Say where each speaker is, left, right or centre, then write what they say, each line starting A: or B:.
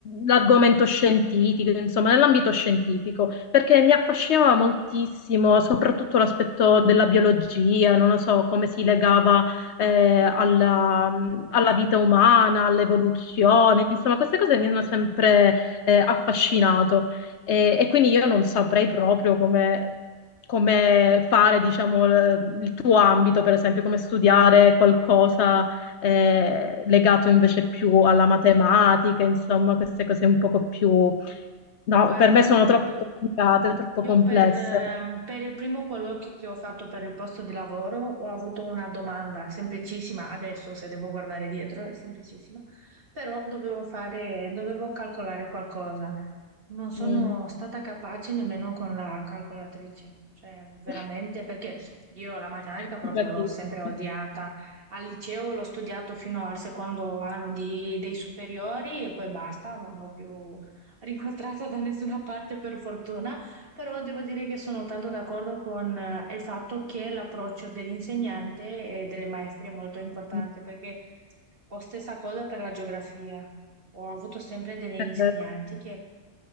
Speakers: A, on the left; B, on the right.
A: l'argomento scientifico, insomma, nell'ambito scientifico, perché mi affascinava moltissimo, soprattutto l'aspetto della biologia, non lo so, come si legava eh, alla, alla vita umana, all'evoluzione, insomma, queste cose mi hanno sempre eh, affascinato e, e quindi io non saprei proprio come... come fare, diciamo, l- il tuo ambito, per esempio, come studiare qualcosa eh, legato invece più alla matematica, insomma, queste cose un poco più... No,
B: Guarda,
A: per me sono
B: i-
A: troppo complicate, troppo
B: Io
A: complesse.
B: per, ehm, per il primo colloquio che ho fatto per il posto di lavoro ho avuto una domanda semplicissima, adesso se devo guardare dietro è semplicissima, però dovevo fare, dovevo calcolare qualcosa. Non sono
A: Mm.
B: stata capace nemmeno con la calcolatrice, cioè veramente
A: <laughs>
B: perché io la matematica proprio
A: Ti capisco.
B: l'ho sempre odiata. Al liceo l'ho studiato fino al secondo anno di- dei superiori e poi basta, non l'ho più rincontrata da nessuna parte per fortuna però devo dire che sono tanto d'accordo con eh, il fatto che l'approccio dell'insegnante e delle maestre è molto importante,
A: Mm.
B: perché ho stessa cosa per la geografia. Ho avuto sempre delle insegnanti
A: Eh,
B: che